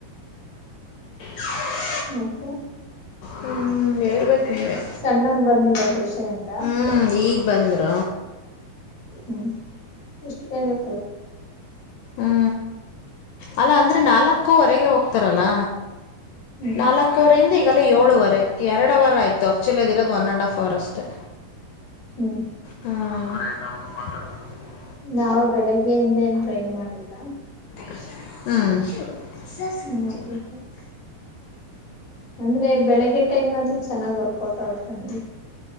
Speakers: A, on the left; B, on the left.
A: <unintelligible>
B: ಮತ್ತೆ
A: ಹ್ಮ್ ಹೇಳ್ಬೇಕು ನೀವೇ
B: ಸಣ್ಣನ್ ಬಂದಿದ್ದ ಟ್ಯೂಷನಇಂದ
A: ಹ್ಞೂ ಈಗ ಬಂದರ
B: ಹ್ಮ್ ಎಷ್ಟು ಬೇಗ <inaudible>
A: ಹ್ಞೂ ಅಲ್ಲ ಅಂದ್ರೆ ನಾಲ್ಕೂವರೆಗೆ ಹೋಗ್ತಾರಲ್ಲ
B: ಹ್ಮ್
A: ನಾಲ್ಕೂವರೆಿಂದ ಏಳುವರೆ ಎರವಾರ ಆಯ್ ಆಕ್ಚುಲಿ ಅದ ಇರೋ ಒನ್ ಅಂಡ್ ಹಫ್ರ್ ಅಷ್ಟು
B: ಹ್ಮ್
A: ಹ್ಮ <inaudible>
B: ನಾವವು ಬೆಳಗ್ಗೆಯಿಂದ ಏನ್ ಟ್ರೈ ಮಾಡಿಲ್ಲ
A: ಹ್ಮ್
B: ನೋಡ್ಬೇಕು ಅಂದ್ರೆ ಬೆಳಿಗ್ಗೆ ಟೈಮ್ ಆದ್ರೂ ಚೆನ್ನಾಗ್ ಹೊರ್ಕೊಟ ಅವತಗೆ